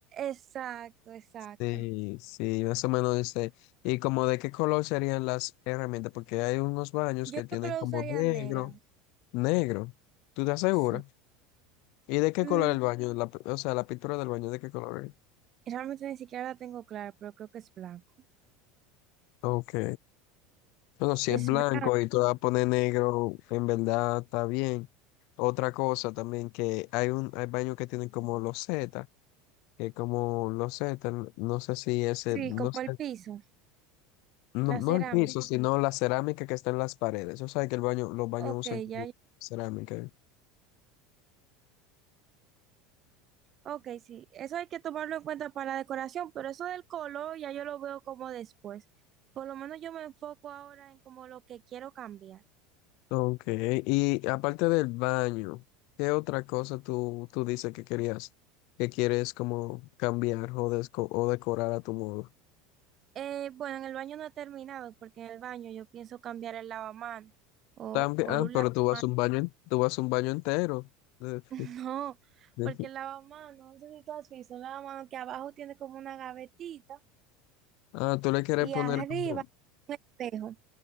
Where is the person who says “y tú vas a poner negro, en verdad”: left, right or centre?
Left